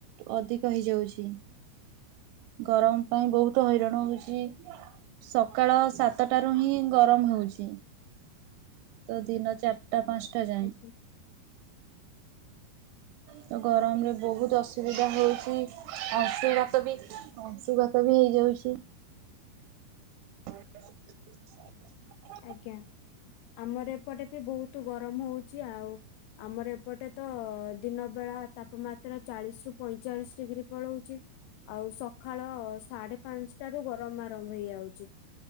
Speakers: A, on the right; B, on the left.
A: ଅଧିକ ହେଇଯାଉଛି। ଗରମ ପାଇଁ ବହୁତୁ ହଇରାଣ ହଉଚି। ସକାଳ ସାତଟାରୁ ହିଁ ଗରମ ହଉଚି। ତ ଦିନ ଚାଟା ପାଞ୍ଚଟା ଯାଏଁ।
B: ଆଜ୍ଞା
A: ତ ଗରମରେ ବହୁତୁ ଅସୁବିଧା ହେଉଛି ଅଂଶୁଘାତ ବି ଅଂଶୁଘାତ ବି ହେଇଯାଉଚି। <unintelligible>
B: ଆଜ୍ଞା ଆମର ଏପଟେ ବି ବୋହୁତୁ ଗରମ ହୋଉଚି ଆଉ। ଆମର ଏପଟେ ତ ଦିନ ବେଳା ତାପମାତ୍ରା ଚାଳିଶି ରୁ ପଇଁଚାଳିଶି ଡିଗ୍ରୀ ପଳଉଚି। ଆଉ ସଖାଳ ସାଢେ ପାଁସଂଟାରୁ ଗରମ ଆରମ ହେଇଯାଉଚି।